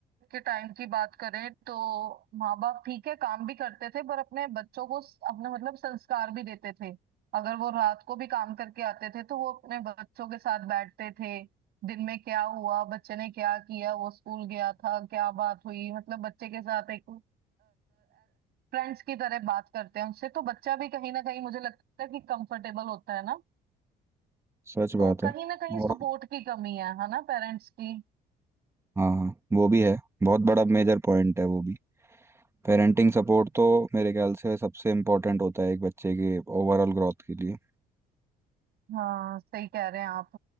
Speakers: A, on the right (about 70°); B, on the right (about 15°).
A: के टाइम की बात करें तो माँ बाप ठीक है काम भी करते थे पर अपने बच्चों को स- अपने मतलब संस्कार भी देते थे अगर वो रात को भी काम करके आते थे तो वो अपने बच्चों के साथ बैठते थे दिन में क्या हुआ बच्चे ने क्या किया वो स्कूल गया था क्या बात हुई मतलब बच्चे के साथ एक फ्रेंड्स की तरह बात करते हैं उनसे तो बच्चा भी कहीं ना कहीं मुझे लगता है कि कंफर्टेबल होता है ना
B: सच
A: तो
B: बात
A: कहीं
B: है
A: ना कहीं सपोर्ट
B: और
A: की कमी है है ना पेरेंट्स की
B: हाँ वो भी है बहुत बड़ा मेजर पॉइंट है वो भी पेरेंटिंग सपोर्ट तो मेरे ख्याल से सबसे इम्पोर्टेंट होता है एक बच्चे के ओवरऑल ग्रोथ के लिए
A: हाँ सही कह रहे हैं आप